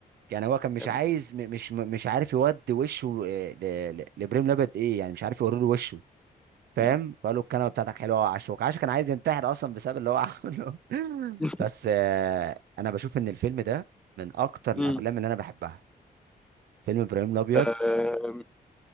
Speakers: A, on the right (about 85°); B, in the centre.
A: يعني هو كان مش
B: يا ابني
A: عايز م- مش مش عارف يودي وشه آه، ل- ل- لابراهيم الابيض ايه يعني مش عارف يوري له وشه فاهم
B: مم.
A: فقال له الكلمه بتاعتك حلوه قوي يا عشوك عاشو كان عايز ينتحر اصلا بسبب اللي هو عمله <laughs>
B: <laughs>
A: بس آه، انا بشوف ان الفيلم ده من اكتر
B: مم.
A: الافلام اللي انا بحبها فيلم ابراهيم الابيض
B: آه،